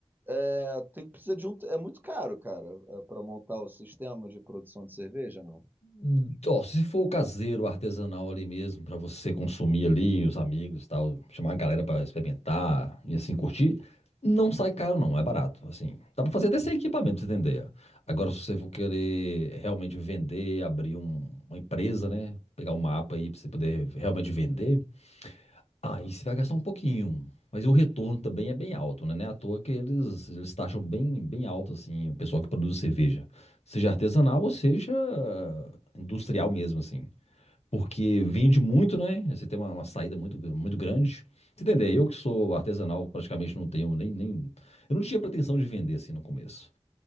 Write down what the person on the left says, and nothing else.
Hum, Ó, se for o caseiro, o artesanal ali mesmo, pra você consumir ali, os amigos e tal, chamar a galera pra experimentar e assim curtir, não sai caro não, é barato, assim. Dá pra fazer até sem equipamento, pra você entender. Agora, se você for querer realmente vender, abrir um- uma empresa, né, pegar um mapa aí pra você poder realmente vender, Aí você vai gastar um pouquinho, mas o retorno também é bem alto, né? Não é à toa que eles, eles taxam bem, bem alto, assim, o pessoal que produz cerveja. Seja artesanal ou seja industrial mesmo, assim. Porque vende muito, né? Você tem uma, uma saída muito, muito grande. Você entender, eu que sou artesanal, praticamente não tenho nem, nem... Eu não tinha pretensão de vender, assim, no começo.